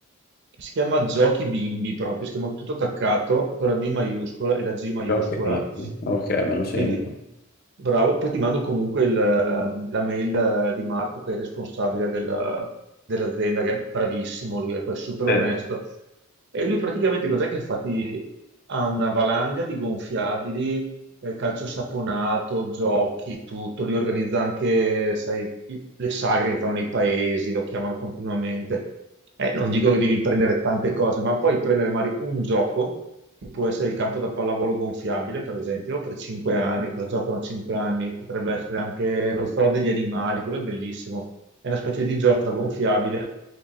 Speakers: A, on the right; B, on the left.
A: che si chiama Giochi Bimbi proprio, si chiama tutto attaccato con la B maiuscola e la G maiuscola.
B: Però che dici? Ok, me lo segno.
A: Sì, bravo, poi ti mando comunque il, la mail eh, di Marco che è il responsabile della- dell'azienda, che è bravissimo lui, è poi super
B: Sì.
A: onesto. E lui praticamente cos'è che fa? Ti- ha una valanga di gonfiabili, eh, calcio saponato, giochi, tutto, li organizza anche, sai, i- le sagre che fanno nei paesi, lo chiamano continuamente. Eh, non dico che devi prendere tante cose, ma puoi prendere magari un gioco, che può essere il campo da pallavolo gonfiabile, per esempio, per 5 anni, o cosa giocano a 5 anni, potrebbe essere anche lo zoo degli animali, quello è bellissimo. È una specie di giostra gonfiabile,